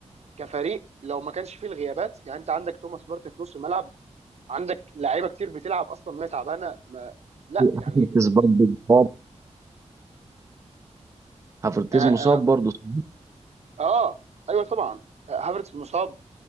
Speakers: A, on the right; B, on the right.
A: كفريق لو ما كانش فيه الغيابات يعني انت عندك توماس بارتي في نص الملعب عندك لعيبه كتير بتلعب اصلا وهي تعبانه ما لا
B: هافرتز
A: يعني انت
B: برضو مصاب هافرتز
A: آه, آه,
B: مصاب برضو ده
A: اه ايوه طبعا هافرتز مصاب